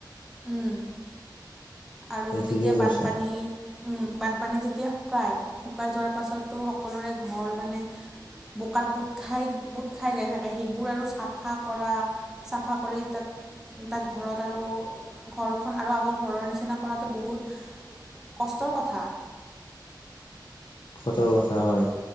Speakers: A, in the centre; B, on the left.
A: উম, আৰু
B: ঠিকেই
A: যেতিয়া বানপানী
B: কৈছা
A: বানপানী যেতিয়া শুকায়, শুকাই যোৱাৰ পাছতো সকলোৰে ঘৰ মানে বোকাত পোট খাই পোট খাই যাই থাকে, সেইবোৰ আৰু চাফা কৰা চাফা কৰি তাত তাত ঘৰত আৰু ঘৰখন আৰু আগৰ ঘৰৰ নিচিনা কৰাতটো বহুত কষ্টৰ কথা।
B: সঁচাৰ কথা হয়,